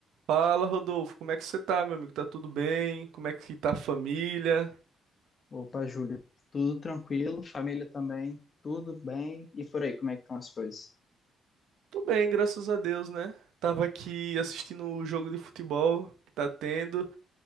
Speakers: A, on the right; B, on the left.
A: Fala, Rodolfo, como é que você tá, meu amigo? Tá tudo bem? Como é que tá a família?
B: Opa, Júlia, tudo tranquilo, família também, tudo bem. E por aí, como é que estão as coisas?
A: Tô bem, graças a Deus, né? Tava aqui assistindo o jogo de futebol que tá tendo.